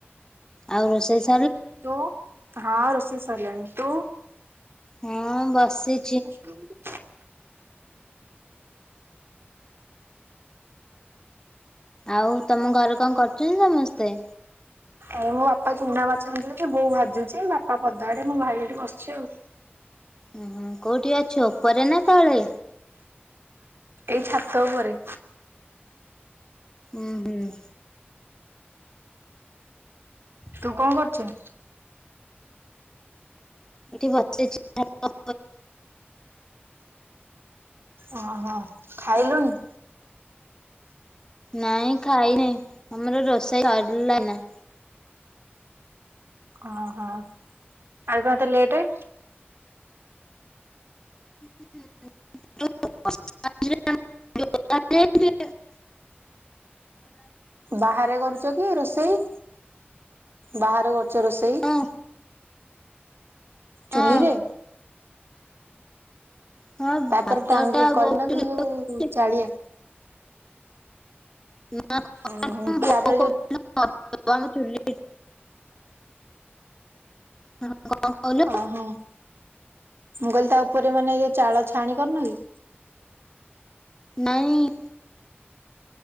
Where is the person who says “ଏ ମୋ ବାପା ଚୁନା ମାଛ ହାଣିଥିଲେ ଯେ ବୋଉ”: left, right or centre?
Right